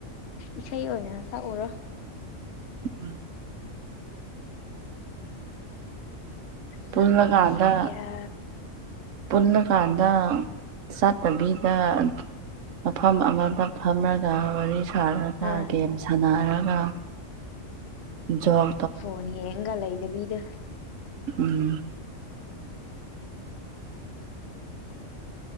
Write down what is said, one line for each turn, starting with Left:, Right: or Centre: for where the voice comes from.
Left: ꯏꯁꯩ ꯑꯣꯏꯅ ꯁꯛꯎꯔꯣ
Right: ꯎꯝ
Left: ꯖꯒꯣꯏ
Right: ꯄꯨꯜꯂꯀꯥꯟꯗ
Left: ꯁꯒꯦꯔ
Right: ꯄꯨꯜꯂꯀꯥꯟꯗ ꯆꯠꯇꯕꯤꯗ ꯃꯐꯝ ꯑꯃꯗ ꯐꯝꯔꯒ ꯋꯥꯔꯤ ꯁꯥꯔꯒ
Left: ꯑꯥ
Right: ꯒꯦꯝ ꯁꯥꯟꯅꯔꯒ ꯖꯣꯛ
Left: ꯐꯣꯟ ꯌꯦꯡꯒ ꯂꯩꯗꯕꯤꯗ
Right: ꯎꯝ